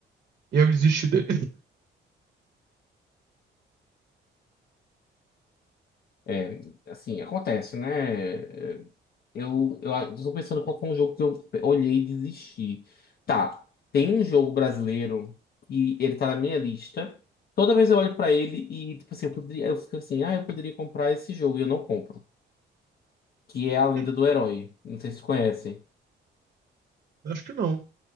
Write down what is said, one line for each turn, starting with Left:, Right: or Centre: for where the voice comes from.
Right: e eu desisti dele.
Left: É, assim, acontece, né? É, Eu, eu, eu tô pensando qual foi um jogo que eu olhei e desisti. Tá, tem um jogo brasileiro e ele tá na minha lista. Toda vez eu olho pra ele e, tipo assim, eu poderia, eu fico assim, ah, eu poderia comprar esse jogo e eu não compro. que é A Lenda
Right: <laughs>
Left: do Herói. Não sei se conhece.
Right: Acho que não.